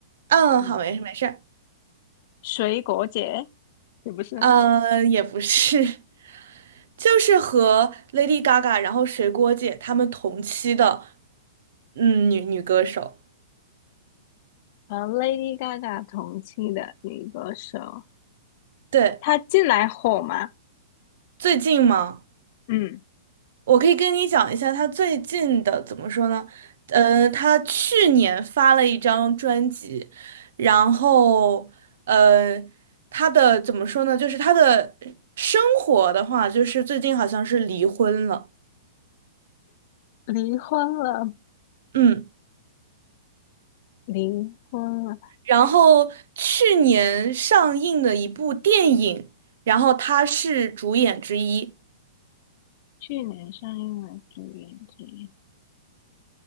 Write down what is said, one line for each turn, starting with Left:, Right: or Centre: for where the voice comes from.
Right: 嗯，
Left: 嗯，
Right: 好，没事没事，
Left: 水果姐也不是，
Right: 呃，也不是，<laughs> 就是和 Lady Gaga，然后水果姐她们同期的，嗯，女女歌手。
Left: 和 Lady Gaga 同期的女歌手，
Right: 对，
Left: 她近来火吗？
Right: 最近吗？
Left: 嗯，
Right: 我可以跟你讲一下她最近的怎么说呢？呃，她去年发了一张专辑，然后呃，她的怎么说呢？就是她的生活的话，就是最近好像是离婚了。
Left: 离婚了，
Right: 嗯。
Left: 离婚了。
Right: 然后去年上映的一部电影，然后他是主演之一。
Left: 去年上映了《主演之一